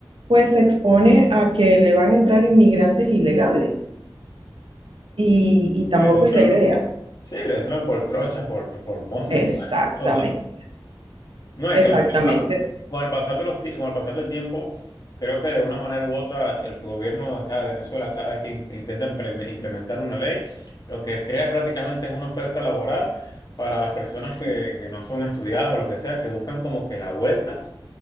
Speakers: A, on the right; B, on the left.
A: pues se expone a que le van a entrar inmigrantes ilegales y, y tampoco
B: Pero entran-
A: es la idea.
B: sí, le entran por trochas, por, por montes,
A: Exactamente,
B: <laughs> por todos lados. No, es
A: exactamente.
B: que la verdad... Con el pasar de los, ti- con el pasar del tiempo, creo que de una manera u otra el gobierno de acá de Venezuela, cada vez que in- intenta implem- implementar una ley, lo que crea prácticamente es una oferta laboral para las personas
A: Sí.
B: que, que no son estudiadas o lo que sea, que buscan como que la vuelta,